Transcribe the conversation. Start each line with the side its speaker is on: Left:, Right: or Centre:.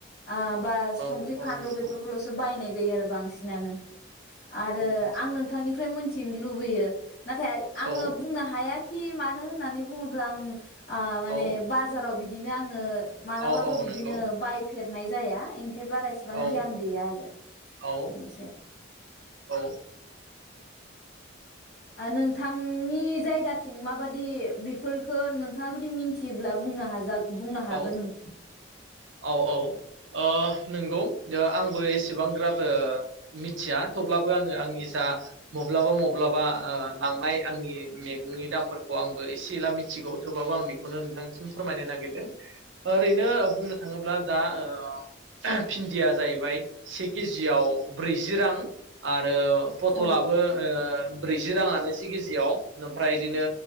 Left: ओ बा
Right: औ
Left: सुंख्रि फानलु
Right: औ नंगौ
Left: बेफोरखौलसो बायनाय जायो आरो बांसिनानो। आरो
Right: औ मोजां
Left: आं नोंथांनिफ्राय मोन थिनो लुबैयो नाथाय आंङो
Right: औ
Left: बुंनो हाया खि मानो होननानै बुङोब्ला आं आ माने
Right: औ
Left: बाजाराव बि बिदिनो आं आंङो मालाबाबो
Right: औ औ
Left: बिदिनो
Right: नंगौ
Left: बायफेरनाय जाया इंखाय बारा इसेबां
Right: औ
Left: गियान गैया आरो
Right: औ
Left: बिनि सायाव।
Right: औ
Left: ओ नोंथांनि जायगाथिं माबादि बेफोरखो नोंथाङा जुदि मिथियोब्ला बुंनो हाजा बुंनो हागोन
Right: औ
Left: नों
Right: औ औ ओ नंगौ दा आं बो एसेबां ग्राबो मिथिया खौ अब्लाबो आंङो आंनि जा मब्लाबा मब्लाबा ओ लांनाय आंनि मेगंनि दामफोरखौ आंबो एसे एला मिथिगौ थेवबाबो आं बेखौनो नोंथांनिसिम फोरमायनो नागिरदों। ओरैनो बुंनो थांङोब्ला दा ओ ओ भिन्दिया जाहैबाय से केजियाव ब्रैजि रां आ आरो
Left: औ-औ-औ-औ-औ-औ
Right: फटलाबो ओ ब्रैजि रांङानो से केजियाव ओमफ्राय इदिनो